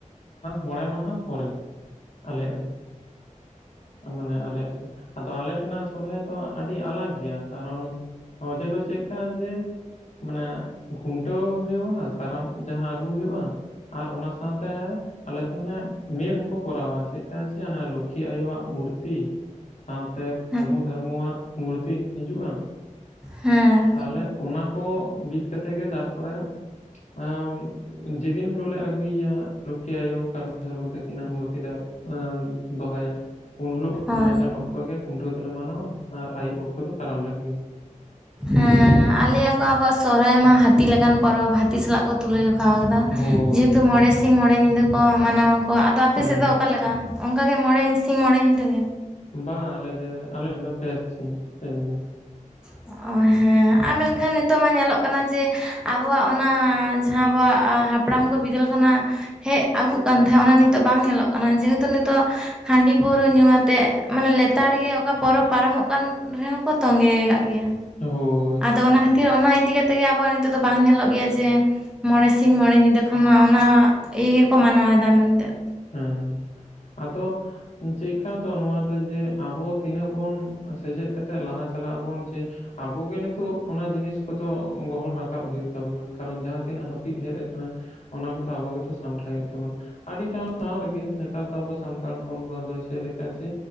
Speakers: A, on the left (about 60°); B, in the centre.
A: ᱢᱚᱬᱮ ᱢᱟᱦᱟ ᱯᱚᱨᱮ ᱟᱞᱮᱭᱟᱼᱜ ᱫᱚ᱾ ᱢᱟᱱᱮ ᱟᱞᱮᱭᱟᱜ ᱟᱫᱚ ᱟᱞᱮ ᱴᱷᱮ ᱱᱟᱜ ᱥᱚᱦᱚᱨᱟᱭ ᱫᱚ ᱟᱹᱰᱤ ᱟᱞᱟᱜ ᱜᱮᱭᱟ᱾ ᱠᱟᱨᱚᱱ ᱚᱡᱮ ᱫᱚ ᱪᱮᱫ ᱪᱮᱫ ᱠᱟ ᱡᱮ ᱢᱟᱱᱮ ᱠᱷᱩᱱ ᱴᱟᱹᱣ ᱦᱚᱸ ᱦᱩᱭᱩᱜᱼᱟ᱾ ᱦᱟᱸᱜ ᱠᱟᱨᱟᱢ ᱡᱟᱦᱟᱸ ᱟᱹᱜᱩ ᱦᱩᱭᱩᱜᱼᱟ ᱟᱨ ᱚᱱᱟ ᱥᱟᱶ ᱛᱮ ᱦᱚᱸ ᱟᱞᱮ ᱫᱚ ᱦᱟᱱᱮ ᱢᱤᱲ ᱦᱚᱸᱠᱚ ᱠᱚᱨᱟᱣᱟ ᱪᱮᱫ ᱠᱟ ᱪᱮ ᱦᱮ ᱞᱚᱠᱠᱷᱤ ᱟᱭᱳ ᱣᱟᱜ ᱢᱩᱨᱛᱤ ᱥᱟᱶᱛᱮ
B: ᱚ
A: ᱠᱟᱹᱨᱢᱩᱼᱫᱷᱟᱹᱢᱩ ᱣᱟᱜ ᱢᱩᱨᱛᱤ ᱦᱤᱡᱩᱜᱼᱟ᱾
B: ᱦᱮᱸ
A: ᱛᱟᱦᱞᱮ ᱚᱱᱟ ᱠᱚ ᱵᱤᱫ ᱠᱟᱛᱮ ᱜᱮ ᱛᱟᱨ ᱯᱚᱨᱮ ᱮᱸᱻ ᱡᱮᱫᱤᱱ ᱦᱤᱞᱳᱜ ᱞᱮ ᱟᱹᱜᱩᱭ ᱮᱭᱟ ᱞᱚᱠᱠᱷᱤ ᱟᱭᱳ ᱠᱟᱨᱢᱚ ᱼᱫᱷᱚᱨᱢᱚ ᱛᱟᱹᱠᱤᱱ ᱟᱜ ᱢᱩᱨᱛᱤ ᱞᱮ ᱮᱱ ᱫᱚ ᱦᱚ ᱭᱟ᱾ ᱩᱱ ᱦᱤᱞᱳᱜ
B: ᱦᱳᱭ
A: ᱢᱟᱡᱟᱱ ᱚᱠᱛᱚ ᱜᱮ ᱠᱷᱩᱱ ᱴᱟᱹᱣ ᱫᱚᱞᱮ ᱢᱟᱱᱟᱣᱟ ᱟᱨ ᱟᱹᱩᱵ ᱚᱠᱛᱚ ᱫᱚ ᱠᱟᱨᱟᱢ ᱞᱮ ᱟᱹᱜᱩᱭᱟ᱾
B: ᱦᱮᱸ ᱞᱟᱹᱭ ᱟᱠᱚ ᱟᱵᱩᱣᱟᱜ ᱥᱚᱦᱚᱨᱟᱭ ᱢᱟ ᱦᱟᱹᱛᱤ ᱞᱮᱠᱟᱱ ᱯᱚᱨᱚᱵᱽ ᱦᱟᱹᱛᱤ ᱥᱟᱞᱟᱜ ᱠᱚ ᱛᱩᱞᱟᱹ ᱡᱚ ᱠᱷᱟ <unintelligible> ᱠᱟᱫᱟ
A: ᱦᱳᱭ
B: ᱡᱮᱦᱮ ᱛᱩ ᱢᱚᱬᱮ ᱥᱤᱧ ᱢᱚᱬᱮ ᱧᱤᱫᱟᱹ ᱠᱚ ᱢᱟᱱᱟᱣᱟ ᱠᱚ ᱟᱫᱚ ᱟᱯᱮ
A: ᱦᱮᱸ
B: ᱥᱮᱫ ᱫᱚ ᱚᱠᱟ ᱞᱮᱠᱟ ᱚᱱᱠᱟ ᱜᱮ ᱢᱚᱬᱮ ᱥᱤᱧ ᱢᱚᱬᱮ ᱧᱤᱫᱟᱹ ᱜᱮ᱾
A: ᱵᱟ ᱟᱞᱮ ᱫᱚ ᱟᱞᱮᱭᱟᱜ ᱫᱚ ᱯᱮ ᱥᱤᱧ, ᱯᱮ ᱧᱤᱫᱟᱹ
B: <unintelligible> ᱦᱮᱸ ᱟᱨ ᱢᱮᱱᱠᱷᱟᱱ ᱱᱤᱛᱚᱜ ᱢᱟ ᱧᱮᱞᱚᱜ ᱠᱟᱱᱟ ᱡᱮ ᱟᱵᱚᱣᱟᱜ ᱚᱱᱟ ᱡᱟᱦᱟᱸ ᱟᱵᱚᱣᱟᱜ ᱦᱟᱯᱲᱟᱢ ᱠᱚ ᱵᱤᱫᱟᱹᱞ ᱠᱷᱚᱱᱟ ᱦᱮᱡ ᱟᱹᱜᱩᱜ ᱠᱟᱱ ᱛᱟᱦᱮᱸᱜ ᱚᱱᱟ ᱱᱤᱛᱚᱜ ᱵᱟᱝ ᱧᱮᱞᱚᱜ ᱠᱟᱱᱟ ᱡᱮᱦᱮᱛᱩ ᱱᱤᱛᱚᱜ ᱦᱟᱸᱰᱤ-ᱯᱟᱹᱣᱨᱟᱹ ᱧᱩ ᱟᱛᱮᱜ ᱢᱟᱱᱮ ᱞᱮᱛᱟᱲ ᱜᱮ ᱚᱠᱟ ᱯᱚᱨᱚᱵᱽ ᱯᱟᱨᱚᱢᱚᱜ ᱠᱟᱱ ᱨᱮᱦᱚᱸ ᱠᱚ ᱛᱚᱸᱜᱮ ᱠᱟᱫ ᱜᱮᱭᱟ
A: ᱦᱳᱭ
B: ᱟᱫᱚ ᱚᱱᱟ ᱠᱷᱟᱹᱛᱤᱨ ᱚᱱᱟ ᱤᱫᱤ ᱠᱟᱛᱮᱜ ᱜᱮ ᱟᱵᱚᱣᱟᱜ ᱱᱤᱛᱚᱜ ᱫᱚ ᱵᱟᱝ ᱧᱮᱞᱚᱜ ᱜᱮᱭᱟ ᱡᱮ ᱢᱚᱬᱮ ᱥᱤᱧ ᱢᱚᱬᱮ ᱧᱤᱫᱟᱹ ᱮᱠᱷᱚᱱ ᱢᱟ ᱚᱱᱟ ᱤᱭᱟᱹ ᱜᱮᱠᱚ ᱢᱟᱱᱟᱣ ᱮᱫᱟ ᱢᱮᱱᱛᱮᱫ
A: ᱦᱮᱸ, ᱟᱫᱚ ᱪᱮᱠᱟ ᱫᱚ ᱱᱚᱣᱟ ᱫᱚ ᱡᱮ ᱟᱵᱚ ᱛᱤᱱᱟᱹᱜ ᱵᱚᱱ ᱥᱮᱪᱮᱫ ᱠᱟᱛᱮᱫ ᱞᱟᱦᱟ ᱪᱟᱞᱟᱜ ᱟᱵᱚᱱ ᱡᱮ ᱟᱵᱚᱜᱮ ᱱᱤᱛᱚᱜ ᱚᱱᱟ ᱡᱤᱱᱤᱥ ᱠᱚᱫᱚ ᱜᱚᱦᱚᱲ ᱨᱟᱠᱟᱵ ᱦᱩᱭᱩᱜ ᱛᱟᱵᱚᱱᱟ, ᱠᱟᱨᱚᱱ ᱡᱟᱦᱟᱸ ᱛᱤᱱᱟᱹᱜ ᱦᱟᱹᱯᱤᱫ ᱦᱮᱡ ᱟᱠᱟᱱᱟ ᱚᱱᱟ ᱠᱚᱫᱚ ᱟᱵᱚ ᱜᱮᱛᱚ ᱥᱟᱢᱴᱟᱣ ᱦᱩᱭᱩᱜ ᱛᱟᱵᱚᱱ, ᱟᱹᱰᱤ ᱴᱷᱟᱶ ᱨᱮᱜᱮ ᱱᱮᱛᱟᱨ ᱫᱚ ᱟᱵᱚ ᱥᱟᱱᱛᱟᱲ ᱦᱚᱯᱚᱱ ᱠᱚᱣᱟᱜ ᱫᱚ ᱪᱮᱫ ᱞᱮᱠᱟ ᱡᱮ